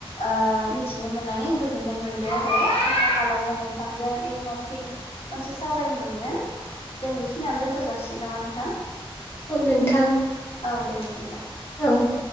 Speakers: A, on the left; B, on the left.
A: ओ मिथिनो मोननानै गोजोननाय मोनबाय आरो आं खालामो नोंथांजों युनाव फिन खनसे सावरायनो मोनगोन जों बेखिनियावनो दोनथ' जासिगोन थिग नामा नोंथां
B: औ नोंथां
A: औ दे बिदिब्ला
B: द